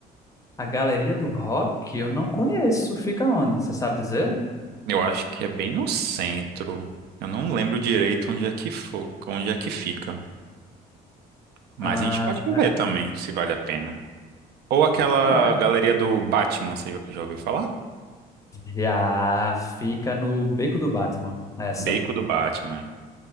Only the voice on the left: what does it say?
A Galeria do Rock eu não conheço. Fica onde? Você sabe dizer?
Ah,
ah,
é, ué.
Já fica no Beco do Batman. Essa.